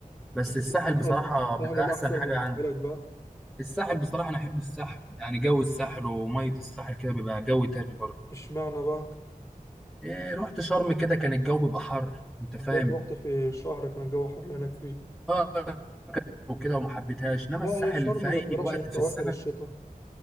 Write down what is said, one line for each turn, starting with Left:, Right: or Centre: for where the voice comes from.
Centre: بس
Left: بتستاهل
Centre: الساحل بصراحة
Left: يعني
Centre: بيبقى
Left: الأحسن
Centre: احسن حاجة
Left: بالنسبة
Centre: عندي
Left: لك بقى
Centre: الساحل بصراحة أنا أحب الساحل يعني جو الساحل ومية الساحل كده بيبقى جو تاني برضه
Left: اشمعنى بقى
Centre: إيه رحت شرم كده كان الجو بيبقى حر أنت فاهم
Left: هتلاقيك رحت في شهر كان الجو حر هناك فيه
Centre: آه وكده وما حبيتهاش إنما
Left: لا
Centre: الساحل
Left: هي شرم
Centre: في أي
Left: ما تروحش
Centre: وقت
Left: في
Centre: في
Left: أواخر
Centre: السنة
Left: الشتاء